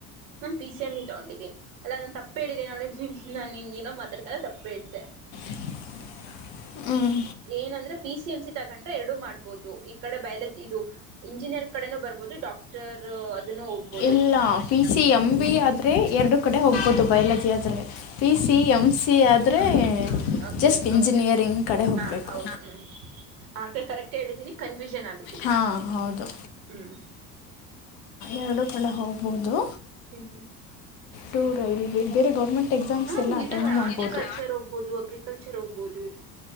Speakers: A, on the right; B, on the left.
A: ನಾನನ್ ಪಿ ಸಿ ಎಂ ಬಿ ತಗೊಂಡಿದ್ದೀನಿ ಅಲ್ಲ ನಾನನ್ ತಪ್ಪ ಹೇಳಿದೆೇನೆ ನೋಡ ನಾನ್ ನಿ ಏನೋ ಮಾತಾಡ್ಕಲ್ಲ ತಪ್ಪ ಹೇಳಿದೆೆ
B: <inaudible> ಹ್ಞೂ
A: ಏನಂದ್ರೆ ಪಿ ಸಿ ಎಂ ಸಿ ತಗೊಂಡ್ರೆ ಎರಡು ಮಾಡ್ಬಹುದು ಈ ಕಡೆ ಬಯಲಜಿ ಇದು ಇಂಜಿನಿಯರ್ ಕಡೆನೂ ಬರ್ಬಹದು ಬಹದು ಡಾಕ್ಟರ್ ಅದನ್ನು ಹೋಗ್ಬಹುದು
B: ಇಲ್ಲ ಪಿ ಸಿ ಎಮ್ ಬಿ ಆದ್ರರೆ ಎರಡು ಕಡೆ ಹೋಗ್ಬಹದು ಬಯಲಜಿ ಆದರೆ ಪಿ ಸಿ ಎಮ್ ಸಿ ಆದರೆ
A: ಹ ಓಕೆ
B: ಜಸ್ಟ್
A: ಓಕೆ
B: ಇಂಜಿನಿಯರಿಂಗ್
A: ಹೌದು
B: ಕಡೆ ಹೋಗಬೇಕು
A: ಹಾ ಹೌದು ಹ್ಮ್ ಹಾಗೆ ಕರೆಕ್ಟ್ ಹೇಳಿದ್ದೀನಿ ಕನ್ಫ್ಯೂಷನ್ ಆಗ್ಬಿಟ್ಟಿದೀನಿ
B: ಹಾಂ ಹೌದು
A: ಹ್ಮ್
B: ಎರಡು ಕಡ ಹೋಗ್ಬಹುದು
A: ಹ್ಮ ಹ್ಮ
B: ಟು ರೈಲ್ವೆ ಬೇರೆ ಗೌರ್ಮೆಂಟ್ ಎಕ್ಸಾಮ್ಸ್
A: ಹ್ಮ
B: ಎಲ್ಲ ಅಟೆಂಡ್
A: ಇದಾವೆ
B: ಮಾಡ್ಬೋದು
A: ಆಾರ್ಟಿಕಲ್ಚರ್ ಹೋಗ್ಬೋದು ಅಗ್ರಿಕಲ್ಚರ್ ಹೋಗ್ಬೋದು